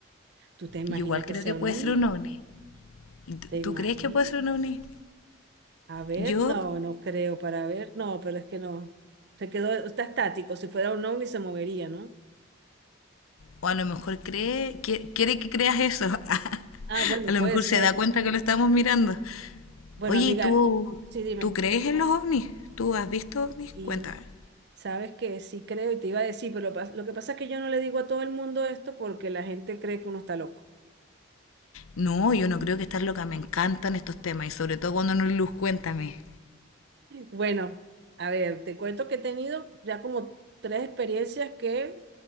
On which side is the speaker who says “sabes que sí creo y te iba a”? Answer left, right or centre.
Right